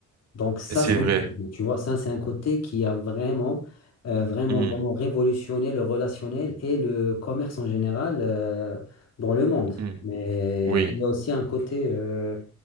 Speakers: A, on the left; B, on the right.
A: Donc ça,
B: C'est
A: c'est
B: vrai.
A: un côté, tu vois, ça, c'est un côté qui a vraiment, euh, vraiment,
B: Mhm.
A: vraiment révolutionné le relationnel et le commerce en général euh, dans le monde.
B: Mhm.
A: Mais
B: Oui.
A: il y a aussi un côté euh,